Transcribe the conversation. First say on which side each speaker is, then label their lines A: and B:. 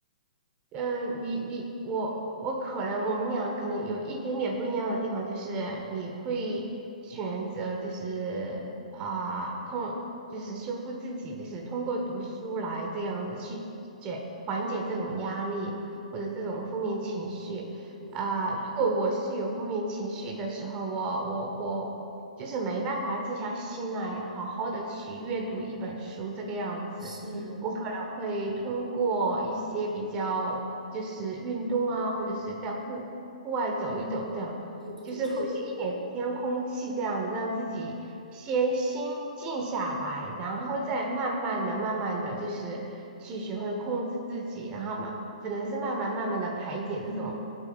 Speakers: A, on the right (about 25°); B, on the right (about 85°).
A: 嗯，你你我我可能我们俩可能有一点点不一样的地方，就是你会选择就是啊控就是修复自己，就是通过读书来这样子去解缓解这种压力或者这种负面情绪啊。
B: 对，
A: 如果我是有负面情绪的时候，我我我就是没办法静下心来好好的去阅读一本书这个样子。
B: 是，
A: 我可能会通过一些比较就是运动啊，或者是在户户外走一走，这样就是呼吸一点新鲜空气，
B: 对对对，就
A: 这样子让自己先心静下来，然后再慢慢的、慢慢的就是去学会控制自己，然后嘛，只能是慢慢、慢慢的排解这种
B: 嗯，